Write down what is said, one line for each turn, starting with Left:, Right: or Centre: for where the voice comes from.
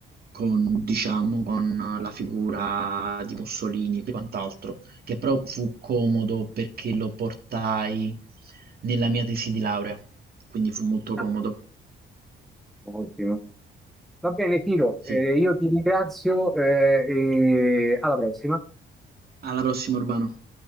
Right: con, diciamo, con la figura di Mussolini e quant'altro, che però fu comodo perché lo portai nella mia tesi di laurea, quindi fu molto comodo.
Centre: Ah, Ottimo. Va bene, Tiro, eh,
Right: Sì.
Centre: io ti ringrazio, eh, e alla prossima.
Right: Alla prossima, Urbano.